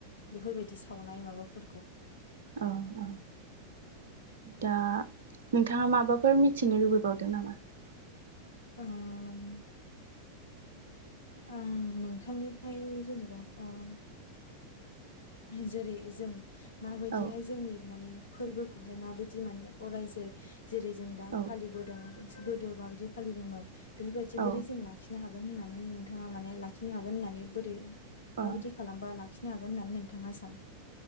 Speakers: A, on the left; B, on the right.
A: बेफोरबायदि सावनाय माबा फोरखौ।
B: औ औ। दा नोंथाङा माबाफोर मिथिनो लुबैबावदों नामा?
A: ओम आं नोंथांनिफ्राय जेनेबा ओम जेरै जों माबायदिहाय
B: ओ
A: जोंनि माने फोरबोखौहाय माबायदि माने अराय जोर जेरै जों दा
B: औ
A: फालिबोदों। गोदो माबायदि फालिदोंमोन बेफोरबायदि
B: औ
A: बोरै जों लाखिनो हा गोन होननानै नोंथाङा माने लाखिनो हागोन होन्नानै बोरै
B: अ
A: माबायदि खालामबा लाखिनो हागोन होननानै नों थाङा सानो?